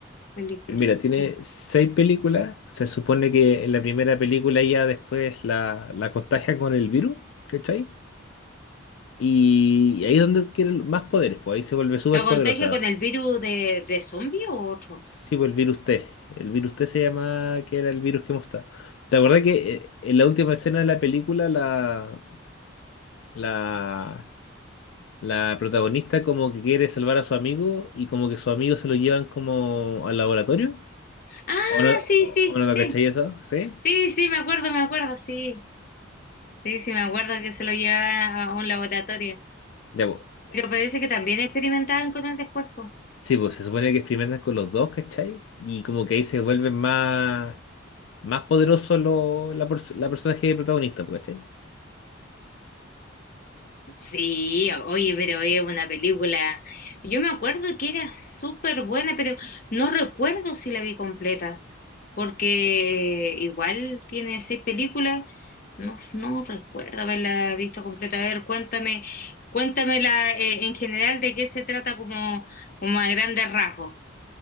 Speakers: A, on the left; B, on the left.
A: película,
B: Mira, tiene
A: sí.
B: seis películas. Se supone que en la primera película ya después la, la contagia con el virus, ¿cachai? Y ahí es donde adquiere más poderes, pues ahí se vuelve súper
A: ¿Lo contagia
B: poderosa.
A: con el virus de, de zombie o otro?
B: Sí, pues el virus T. El virus T se llama, que era el virus que mostraba. ¿Te acordás que eh, en la última escena de la película la, la, la protagonista como que quiere salvar a su amigo y como que su amigo se lo llevan como al laboratorio?
A: Ah,
B: ¿O no,
A: sí,
B: o-
A: sí,
B: o no,
A: sí.
B: cachai eso? ¿Sí?
A: Sí, sí, me acuerdo, me acuerdo, sí. Sí, sí, me acuerdo que se lo llevaba a un laboratorio.
B: Ya, pues.
A: Pero parece que también experimentaban con él después, po.
B: Sí, pues se supone que experimentan con los dos, ¿cachai? Y como que ahí se vuelven más, más poderosos lo- la, pers- la personaje protagonista, pues, ¿cachai?
A: Sí, oye, pero es una película. Yo me acuerdo que era súper buena, pero no recuerdo si la vi completa, porque igual tiene seis películas. No, no recuerdo haberla visto completa. A ver, cuéntame, cuéntamela eh, en general de qué se trata como, como a grandes rasgos,